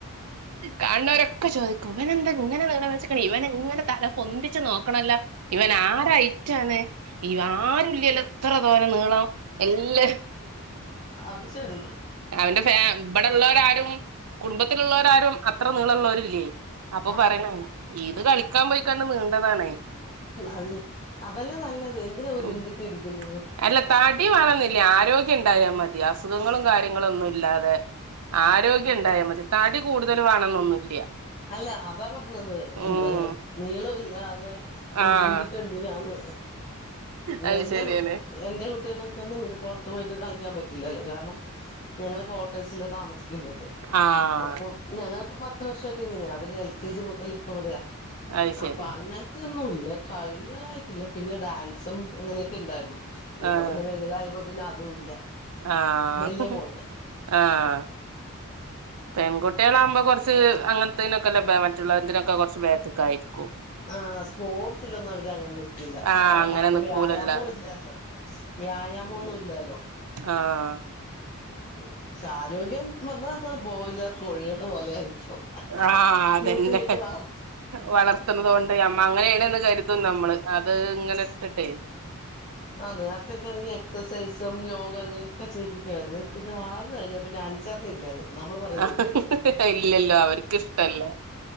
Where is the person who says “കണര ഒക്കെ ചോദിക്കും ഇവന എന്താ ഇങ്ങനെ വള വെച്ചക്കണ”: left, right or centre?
Right